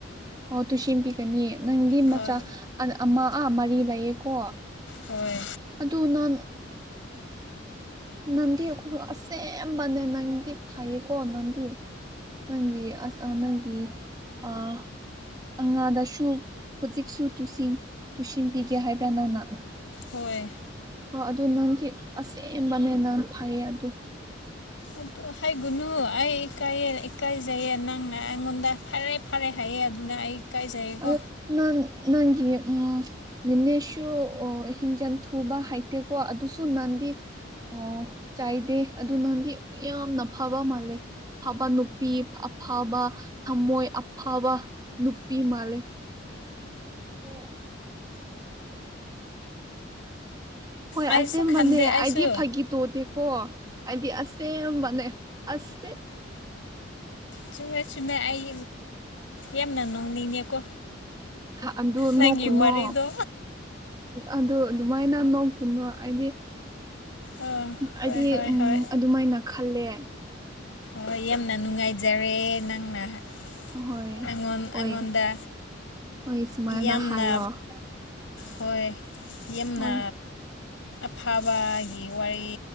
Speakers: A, on the right; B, on the left.
A: ꯑꯣ ꯇꯨꯁꯦꯝꯕꯤꯒꯅꯤꯌꯦ ꯅꯪꯗꯤ
B: ꯍꯣꯏ
A: ꯃꯆꯥ ꯑꯃ ꯃꯔꯤ ꯂꯩꯌꯦꯀꯣ
B: ꯍꯣꯏ
A: ꯑꯗꯨ ꯅ ꯅꯟꯗꯤ ꯑꯁ ꯑꯃꯕꯅꯦ ꯅꯟꯗꯤ ꯐꯥꯏꯌꯦꯀꯣ ꯅꯟꯗꯤ ꯅꯪꯒꯤ ꯑꯁ ꯅꯪꯒꯤ ꯑ ꯑꯉꯥꯗꯁꯨ ꯍꯧꯖꯤꯛꯁꯨ ꯇꯨꯁꯤꯟ ꯇꯨꯁꯤꯟꯕꯤꯒꯦ ꯍꯥꯏꯕ꯭ꯔꯥ ꯅꯪꯅ
B: ꯍꯣꯏ
A: ꯑꯣ ꯑꯗꯨ ꯅꯪꯗꯤ ꯑꯁꯦꯡꯕꯅꯦ ꯅꯥꯟ ꯐꯩꯌꯦ ꯑꯗꯨ
B: ꯑꯗꯨ ꯍ ꯒꯨꯅꯨ ꯑꯩ ꯏꯀꯥꯏꯌꯦ ꯏꯀꯥꯏꯖꯩꯌꯦ ꯅꯪꯅ ꯑꯩꯉꯣꯟꯗ ꯐꯔꯦꯞ ꯐꯔꯦ ꯍꯥꯏꯑꯦ ꯑꯗꯨꯅ ꯑꯩ ꯀꯥꯏꯖꯌꯦꯀꯣ
A: ꯑꯗꯣ ꯅꯪ ꯅꯪ ꯎꯝ ꯅꯦꯅꯦꯁꯨ ꯑꯣ ꯍꯤꯡꯖꯟ ꯊꯨꯕ ꯍꯥꯏꯩꯇꯦꯀꯣ ꯑꯗꯨꯁꯨ ꯅꯥꯟꯗꯤ ꯑꯣ ꯆꯥꯏꯗꯦ ꯑꯗꯨ ꯅꯍꯥꯟꯗꯤ ꯌꯥꯝꯅ ꯐꯕ ꯃꯥꯜꯂꯦ ꯑꯐꯕ ꯅꯨꯄꯤ ꯑꯐꯕ ꯊꯝꯃꯣꯏ ꯑꯐꯕ ꯅꯨꯄꯤ ꯃꯥꯜꯂꯦ ꯍꯣꯏ ꯍꯣꯏ
B: ꯑꯩꯁꯨ
A: ꯑꯁꯕꯅꯦ
B: ꯈꯟꯗꯦ ꯑꯩꯁꯨ
A: ꯑꯩꯗꯤ ꯐꯥꯒꯤ ꯇꯣꯗꯤꯦ ꯍꯣ ꯍꯥꯏꯗꯤ ꯑꯁꯦꯕꯅꯦ ꯑꯁꯦ
B: ꯆꯨꯝꯃꯦ ꯆꯨꯝꯃꯦ ꯑꯩ ꯌꯥꯝꯅ ꯅꯣꯡꯅꯤꯡꯉꯀꯣ
A: ꯑꯗꯨ
B: ꯅꯪꯒꯤ
A: ꯅꯣꯛꯀꯅꯣ
B: ꯋꯥꯔꯤꯔꯤꯗꯣ
A: ꯑꯗꯨ ꯑꯗꯨꯃꯥꯏꯅ ꯅꯣꯡ ꯀꯨꯟꯕ ꯍꯥꯏꯗꯤ
B: ꯑꯥ ꯍꯣꯏ
A: ꯍꯥꯏꯗꯤ
B: ꯍꯣꯏ
A: ꯎꯝ
B: ꯍꯣꯏ
A: ꯑꯗꯨꯃꯥꯏꯅ ꯈꯜꯂꯦ
B: ꯍꯣꯏ ꯌꯥꯝꯅ ꯅꯨꯡꯉꯥꯏ ꯖꯔꯦ ꯅꯪꯅꯣꯟ
A: ꯍꯣꯏ ꯍꯣꯏ
B: ꯑꯩꯉꯣꯟꯗ
A: ꯍꯣꯏ ꯁꯨꯃꯥꯏꯅ
B: ꯌꯥꯝꯅ
A: ꯍꯥꯏꯌꯣ
B: ꯍꯣꯏ ꯌꯥꯝꯅ
A: ꯍꯣꯏ
B: ꯑꯐꯕꯒꯤ ꯋꯥꯔꯤ